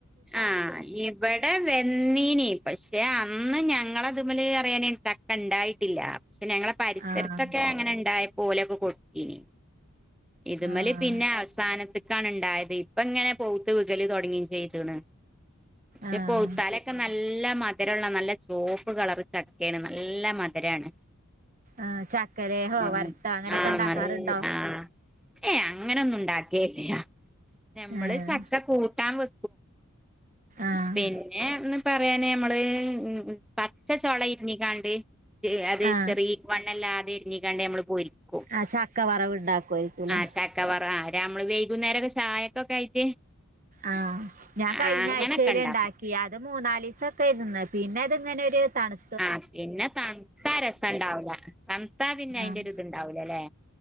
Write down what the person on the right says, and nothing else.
ആഹ്
ആഹ്
ആഹ്
ആഹ് ചക്കലേഹോ
വരട്ടോ അങ്ങനെയൊക്കെ ഉണ്ടാക്കാറുണ്ടോ
ആഹ്
ആഹ്
ആഹ്
ആഹ് ചക്ക വറ വ് ഇണ്ടാക്കുവായിരിക്കും ല്ലേ
ആഹ് ഞാൻ
കഴിഞ്ഞാഴ്ച്ചേല്
ഇണ്ടാ ഇയാള് മൂന്നാലീസാ തരുന്നെ പിന്നെ അത് ഇങ്ങനെ ഒര് തണ്
ആഹ്